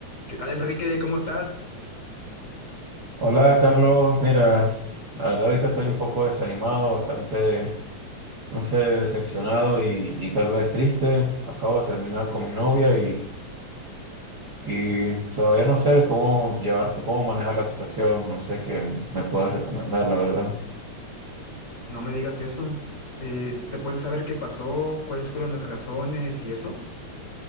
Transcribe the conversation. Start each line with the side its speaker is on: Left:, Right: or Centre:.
Left: ¿Qué tal, Enrique? ¿Cómo estás?
Right: Hola Carlos, mira, la verdad ahorita estoy un poco desanimado, bastante, no sé, decepcionado y, y tal vez triste. Acabo de terminar con mi novia y, y todavía no sé cómo llevar, cómo manejar la situación, no sé qué me puedes recomendar, la verdad.
Left: No me digas eso. Eh, ¿se puede saber qué pasó? ¿Cuáles fueron las razones y eso?